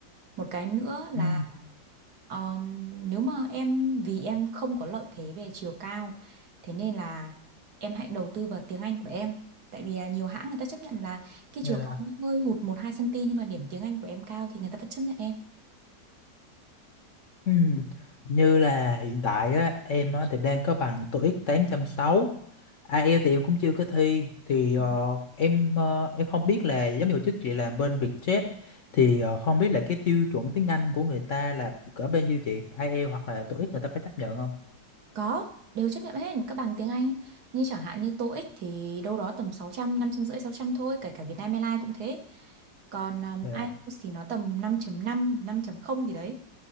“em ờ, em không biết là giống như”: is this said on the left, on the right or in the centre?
Left